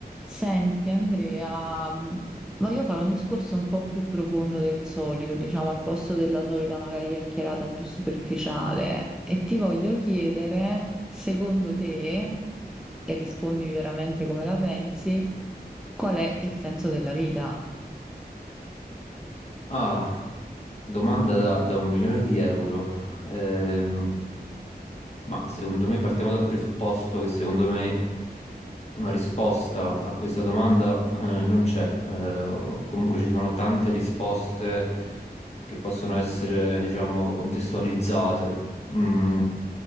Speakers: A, in the centre; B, on the left.
A: Senti Andrea, voglio fare un discorso un po' più profondo del solito, diciamo al posto della solita magari chiacchierata più superficiale e ti voglio chiedere, secondo te, e rispondimi veramente come la pensi, qual è il senso della vita?
B: Ah, Domanda da, da un milione di euro. Ehm, ma secondo me partiamo dal presupposto che secondo me una risposta a questa domanda eh, non c'è. Eh, o comunque ci sono tante risposte che possono essere, diciamo, contestualizzate. Mm,